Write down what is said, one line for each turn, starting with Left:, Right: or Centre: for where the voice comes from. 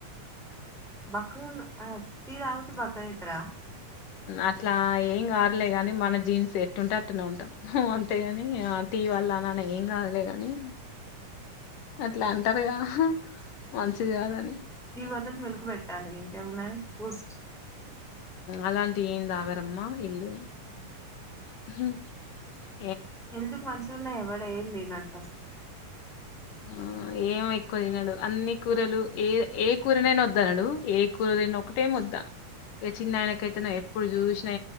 Centre: బక్కఉన్న టీ తగ్గితేయ్ బక్కగా అయ్యితారా
Left: అట్లా ఏం కారులే ని మన జీన్స్ ఎట్టుంటే అట్నే ఉంటాం అంతేగాని టీ వల్ల అన ఏం కాదులే ని అట్లా అంటారుగా మంచిది కాదని
Centre: టీ బదులు మీల్క్ పెట్టాలి ఇంక ఏం ఉన్నది బూస్ట్
Left: అలాంటి ఏం తగ్గారు అమ్మ ఇళ్లు
Centre: అ
Left: హ
Centre: హెల్త్ కీ మంచుకున్నాయి ఎవరు ఏం తిన్నారు అసలు
Left: ఆ ఏమ ఎక్కువ తినడు అన్ని కూరలు ఏ ఏ కూరనైనా వద్దాన్నాడు ఏ కూర త ఒకటే ముద్ద ఇక చిన్న ఆయనకైతే ఎప్పుడు చూసినా